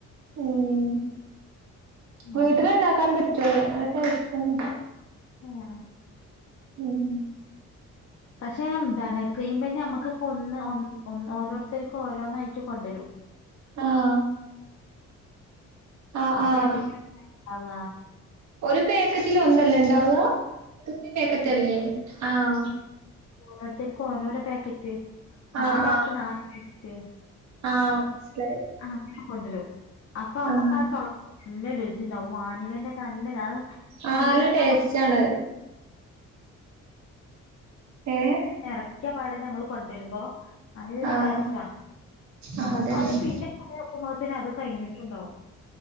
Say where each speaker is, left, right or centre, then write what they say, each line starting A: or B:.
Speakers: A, on the right; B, on the left.
A: ഉം വീട്ടില്
B: അങ്ങനെ
A: ഇണ്ടാക്കാനും പറ്റും നല്ല ടേസ്റ്റാണ്
B: ഏഹ്
A: ഉം
B: പക്ഷെ എന്താണ് ക്രീം ബന്ന് നമ്മുക്കൊക്കെ ഒന്ന് ഓരോരുത്തർക്ക് ഓരോന്നായിട്ട് കൊണ്ടുവരും
A: ആഹ് ആഹ്
B: ഒരു
A: ആഹ്
B: പാക്കറ്റ് <unintelligible>
A: ഒരു പേക്കറ്റില് ഒന്നല്ലെ ഇണ്ടാവാ? <unintelligible> പേക്കറ്റല്ലേ ആഹ്
B: ഓരോര്ത്തർക്ക് ഓരോരോ പാക്കറ്റ് നാലാക്ക്
A: ആഹ് ആഹ്
B: നാല് പാക്കറ്റ്
A: ആഹ് മനസ്സിലായി
B: അങ്ങനെ കൊണ്ടുവരും അപ്പൊ അമ്മക്കാ
A: ആഹ്
B: ആ <unintelligible> നല്ല രുചിണ്ടാവും വാനിലേന്റെ ഒക്കെ നല്ല
A: ആഹ
B: കൊണ്ടന്ന
A: നല്ല ടേസ്റ്റ് ആണത് ഏഹ്
B: എറക്കിയ പാടെന്നെ നമ്മള് കൊണ്ടരുമ്പോ നല്ല
A: ആഹ്
B: ടേസ്റ്റാ
A: ആഹ് അതന്നെ
B: അത് പിന്നെ അത് എത്തുംമ്പൊത്തിന് അത് കഴിഞ്ഞിട്ടുണ്ടാവും